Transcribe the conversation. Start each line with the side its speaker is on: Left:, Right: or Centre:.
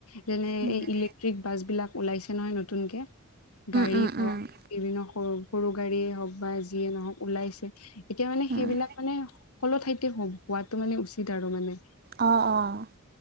Left: যেনে
Right: উম
Left: এই ইলেক্ট্ৰিক বাছ বিলাক ওলাইছে নহয় নতুনকে। গাড়ী
Right: উম
Left: হওক
Right: উম
Left: বিভিন্ন সৰু সৰু গাড়ীয়ে হওক বা যিয়ে নহওক ওলাইছে এতিয়া মানে
Right: উম
Left: সেইবিলাক মানে সকলো ঠাইতে হো হোৱাটো মানে উচিত আৰু মানে।
Right: অ', অ'